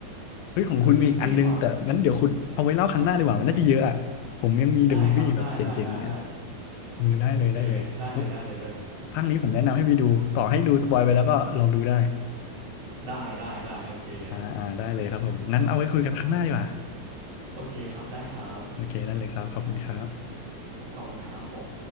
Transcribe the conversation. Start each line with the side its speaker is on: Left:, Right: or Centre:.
Left: เฮ้ยของคุณมีอีกอันนึงแต่งั้นเดี๋ยวคุณเอาไว้เล่าครั้งหน้าดีกว่ามันน่าจะเยอะอ่ะผมยังมีเดอะมูฟวี่แบบเจ๋งๆอีกอ่ะ
Right: เออเท่ว่ะได้ครับได้ได้ได้ได้
Left: เออได้เลยได้เลยมุก
Right: โอเคเลยได้เลยได้เลยได้เลย
Left: ภาคนี้ผมแนะนำให้ไปดูต่อให้ดูสปอยไปแล้วก็ลองดูได้
Right: ได้ได้ได้โอเคเลย
Left: อ่าอ่าได้เลยครับผม งั้นเอาไว้คุยกันครั้งหน้าดีกว่า
Right: โอเคครับได้ครับ
Left: โอเคได้เลยครับ ขอบคุณครับ
Right: ขอบคุณครับผม